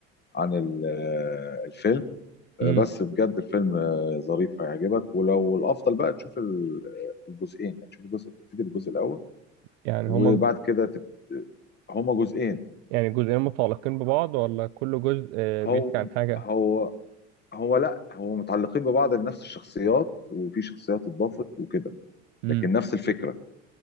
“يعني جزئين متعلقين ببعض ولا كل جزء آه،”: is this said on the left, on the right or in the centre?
Right